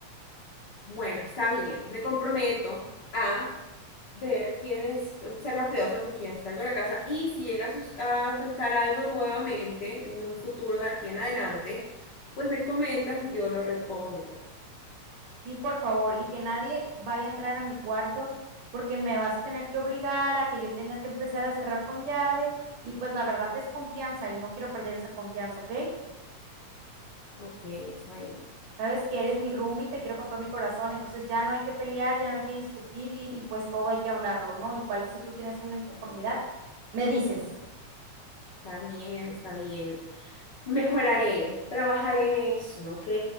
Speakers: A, on the left (about 55°); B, on the right (about 85°).
A: Bueno, está bien. Me comprometo a ver quién es, ser más cuidadosa con quienes traigo a la casa y si llega a, sus- a faltar algo nuevamente en un futuro de aquí en adelante, pues me comentas y yo lo repongo.
B: Sí, por favor, y que nadie vaya a entrar a mi cuarto porque me vas a tener que obligar a que yo tenga que empezar a cerrar con llave y pues la verdad es confianza y no quiero perder esa confianza, ¿ok?
A: Ok, está bien,
B: Sabes que eres mi roomie y te quiero con todo mi corazón, entonces ya no hay que pelear, ya no hay que discutir y, y pues todo hay que hablarlo, ¿no? En cual si tú tienes una inconformidad, me dices,
A: está bien, está bien. Mejoraré, trabajaré en eso, ¿ok?